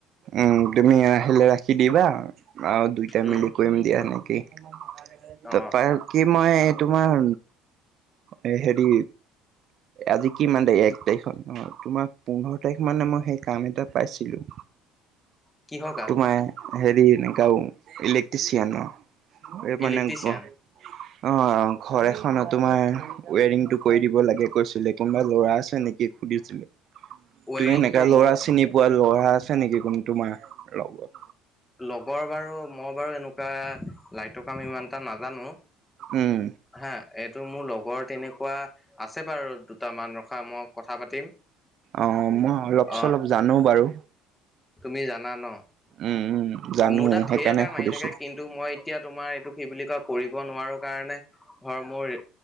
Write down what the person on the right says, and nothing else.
উম তুমি আহে ৰাখি দিবা আৰু দুইটাাই
মিলি কৰিম দিয়া সেনেকেই তাৰপৰা
কি মই এই তোমাৰ? এ হেৰি আজি কি মান দে এক তাৰিখত অ তোমাক পোন্ধৰ তাৰিখ মানে মই সেই কাম এটা পাইছিলো
তোমাৰ হেৰি এনেকাও ইলেক্ট্ৰিচিয়ান এই মানে
অ অ ঘৰ এখনত তোমাৰ ৱেৰিংটো কৰি দিব লাগে কৈছিলে কোনোবা ল'ৰা আছে নেকি সুধিছিলে
তুমি সেনেকা লৰা
চিনি পোৱা লৰা আছে নেকি কোনো তোমাৰ লগত
উম
অ মই অলপ
চলপ জানো বাৰু
উম উম জানো
সেইকাৰণে
সুধিছো